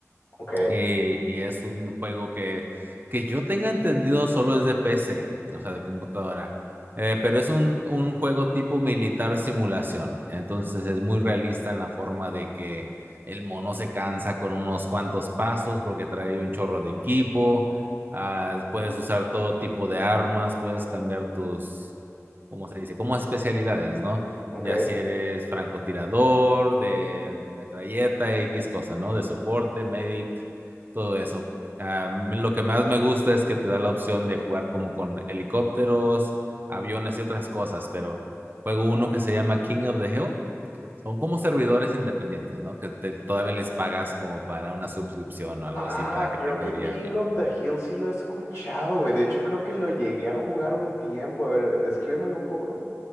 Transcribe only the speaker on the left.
Ok,
ok.
Ah,
creo
que
King of the Hill sí lo he escuchado, güey. De hecho, creo que lo llegué a jugar un tiempo. A ver, descríbemelo un poco.